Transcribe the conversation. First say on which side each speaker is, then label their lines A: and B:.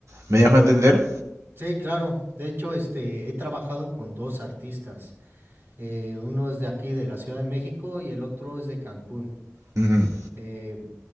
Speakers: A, on the right; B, on the right.
A: ¿Me dejo entender?
B: Sí, claro. De hecho, este, he trabajado con dos artistas. Eh, uno es de aquí, de la Ciudad de México, y el otro es de Cancún.
A: Ujú.
B: Eh,